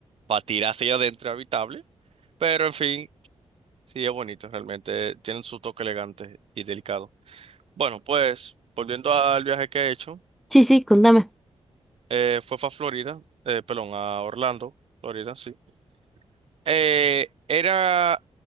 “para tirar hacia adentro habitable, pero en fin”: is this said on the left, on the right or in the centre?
Right